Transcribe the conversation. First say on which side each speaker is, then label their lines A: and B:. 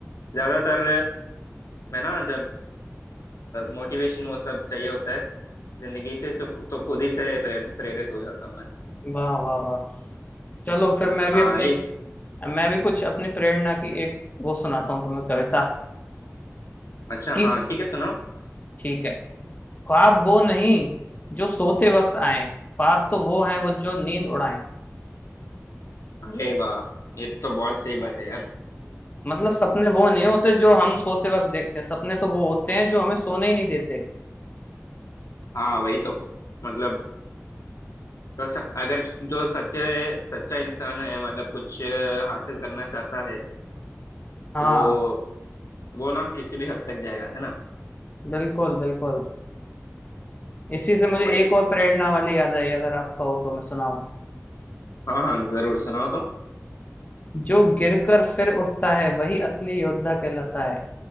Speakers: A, on the left; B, on the left.
A: ज्यादातर मैं ना जब मोटिवेशन वो सब चाहिए होता है जिंदगी से सु- तो खुद ही से प्रे, प्रेरित हो जाता हूँ मैं
B: वाह वाह वाह चलो फिर मैं भी
A: हाँ
B: अपने
A: ये
B: मैं भी कुछ अपनी प्रेरणा की एक वो सुनाता हूँ तुम्हें कविता
A: अच्छा
B: कि
A: हाँ ठीक है सुनाओ
B: ठीक है ख्वाब वो नहीं जो सोते वक्त आए ख्वाब तो वो हैं वो जो नींद उड़ाएं
A: अरे वाह ये तो बहुत सही बात है यार
B: मतलब सपने वो नहीं होते जो हम सोते वक्त देखते हैं सपने तो वो होते हैं जो हमें सोने ही नहीं देते
A: हाँ वही तो मतलब तो स, अगर जो सच्चे सच्चा इंसान है मतलब कुछ अ, हासिल करना चाहता है
B: हाँ
A: तो वो ना किसी भी हद तक जाएगा है ना
B: बिल्कुल बिल्कुल इसी से मुझे
A: वही
B: एक और प्रेरणा वाली याद आई अगर आपका हो तो मैं सुनाऊं
A: हाँ हाँ जरूर सुनाओ तो
B: जो गिरकर फिर उठता है वही असली योद्धा कहलाता है